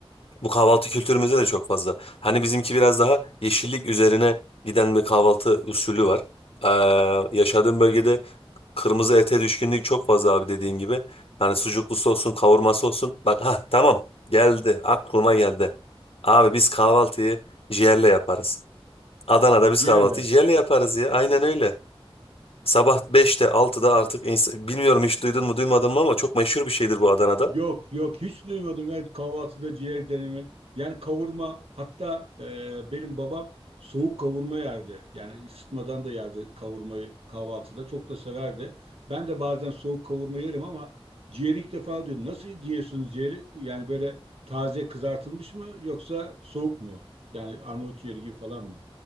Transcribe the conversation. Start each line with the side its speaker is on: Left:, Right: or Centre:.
Left: bu kahvaltı kültürümüzde de çok fazla. Hani bizimki biraz daha yeşillik üzerine giden bir kahvaltı usulü var. Ee, yaşadığım bölgede kırmızı ete düşkünlük çok fazla abi dediğin gibi. Hani sucuklusu olsun, kavurması olsun. Bak ha tamam geldi aklıma geldi. Abi biz kahvaltıyı ciğerle yaparız. Adana'da
Right: Ciğerle.
Left: biz kahvaltıyı ciğerle yaparız ya aynen öyle. Sabah beşte altıda artık ins- bilmiyorum hiç duydun mu duymadın mı ama çok meşhur bir şeydir bu Adana'da.
Right: Yok yok hiç duymadım ya kahvaltıda ciğer denemek. Yani kavurma hatta e, benim babam soğuk kavurma yerdi. Yani ısıtmadan da yerdi kavurmayı kahvaltıda. Çok da severdi. Ben de bazen soğuk kavurma yerim ama ciğeri ilk defa duydum. Nasıl yiyorsunuz ciğeri? Yani böyle taze kızartılmış mı yoksa soğuk mu? Yani Arnavut ciğeri gibi falan mı?